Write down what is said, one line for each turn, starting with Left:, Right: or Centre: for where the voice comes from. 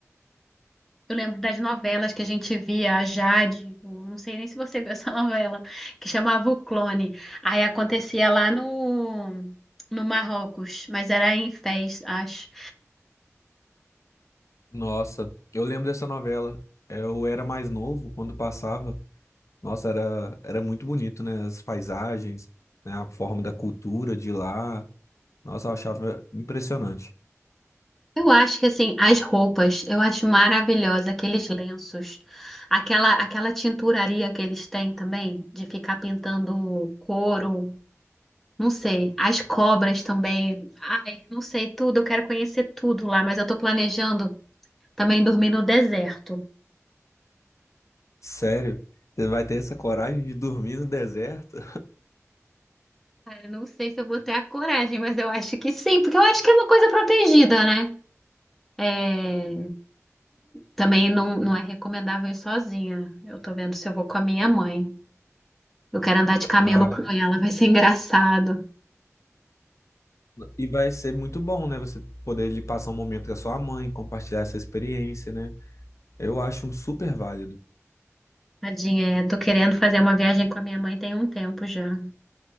Centre: Eu lembro das novelas que a gente via, a Jade, eu não sei nem se você viu essa <laughs> novela, que chamava O Clone. Aí acontecia lá no, no Marrocos, mas era em Fez, acho.
Left: Nossa, eu lembro dessa novela. Eu era mais novo quando passava. Nossa, era, era muito bonito, né? As paisagens, né? A forma da cultura de lá. Nossa, eu achava impressionante.
Centre: Eu acho que assim, as roupas, eu acho maravilhosa aqueles lenços, aquela aquela tinturaria que eles têm também, de ficar pintando couro, não sei, as cobras também. Ai, não sei tudo, eu quero conhecer tudo lá, mas eu tô planejando também dormir no deserto.
Left: Sério, você vai ter essa coragem de dormir no deserto?
Centre: Cara, eu não sei se eu vou ter a coragem, mas eu acho que sim, porque eu acho que é uma coisa protegida, né? É, Também não, não é recomendável ir sozinha. Eu tô vendo se eu vou com a minha mãe. Eu quero andar de camelo
Left: Ah,
Centre: com ela, vai ser engraçado.
Left: e vai ser muito bom, né? Você poder lhe passar um momento com a sua mãe, compartilhar essa experiência, né? Eu acho super válido.
Centre: Tadinha, é, tô querendo fazer uma viagem com a minha mãe tem um tempo já.